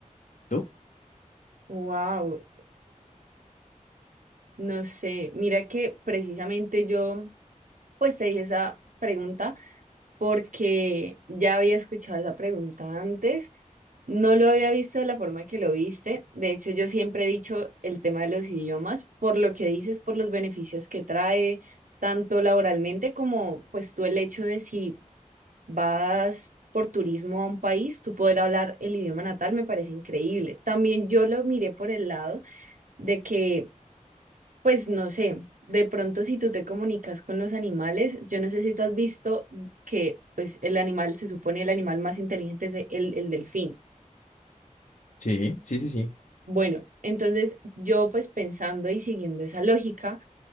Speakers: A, on the left; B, on the right.
A: ¿Tú?
B: Wow, no sé, mira que precisamente yo pues te dije esa pregunta porque ya había escuchado esa pregunta antes, no lo había visto de la forma que lo viste, de hecho yo siempre he dicho el tema de los idiomas por lo que dices, por los beneficios que trae, tanto laboralmente como pues tú el hecho de si vas por turismo a un país, tú poder hablar el idioma natal me parece increíble. También yo lo miré por el lado de que, pues no sé, de pronto si tú te comunicas con los animales, yo no sé si tú has visto que pues el animal, se supone el animal más inteligente es el, el delfín.
A: Sí, sí, sí, sí.
B: Bueno, entonces yo pues pensando y siguiendo esa lógica,